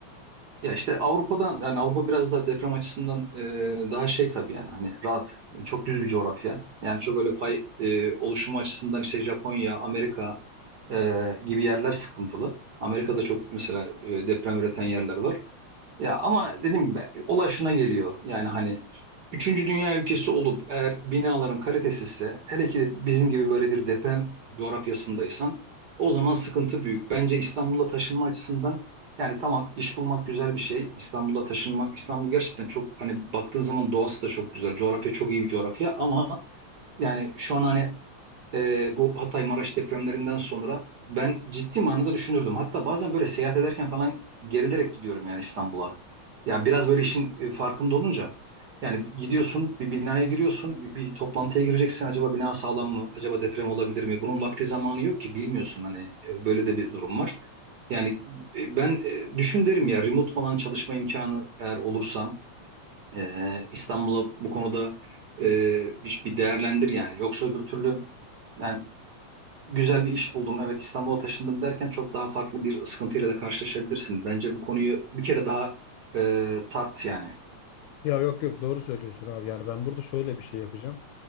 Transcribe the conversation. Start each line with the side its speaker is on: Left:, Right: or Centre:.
Right: Ya işte Avrupa'dan yani Avrupa biraz daha deprem açısından e, daha şey tabii yani hani rahat e, çok düz bir coğrafya. Yani çok öyle fay e, oluşumu açısından işte Japonya, Amerika e, gibi yerler sıkıntılı. Amerika'da çok mesela e, deprem üreten yerler var. Ya ama dediğim gibi olay şuna geliyor. Yani hani üçüncü dünya ülkesi olup eğer binaların kalitesizse hele ki de bizim gibi böyle bir deprem coğrafyasındaysan o zaman sıkıntı büyük. Bence İstanbul'a taşınma açısından yani tamam iş bulmak güzel bir şey. İstanbul'a taşınmak İstanbul gerçekten çok hani baktığın zaman doğası da çok güzel. Coğrafya çok iyi bir coğrafya ama yani şu an hani e, bu Hatay Maraş depremlerinden sonra ben ciddi manada düşünürdüm. Hatta bazen böyle seyahat ederken falan gerilerek gidiyorum yani İstanbul'a. Yani biraz böyle işin e, farkında olunca yani gidiyorsun bir binaya giriyorsun bir, bir toplantıya gireceksin acaba bina sağlam mı acaba deprem olabilir mi bunun vakti zamanı yok ki bilmiyorsun hani E, böyle de bir durum var. Yani e, ben e, düşün derim ya remote falan çalışma imkanı eğer olursam e, İstanbul'a bu konuda e, bir bir değerlendir yani yoksa öbür türlü yani güzel bir iş buldum. Evet İstanbul'a taşındım derken çok daha farklı bir sıkıntıyla da karşılaşabilirsin. Bence bu konuyu bir kere daha e, tart yani.
Left: Ya yok yok doğru söylüyorsun abi. Yani ben burada şöyle bir şey yapacağım.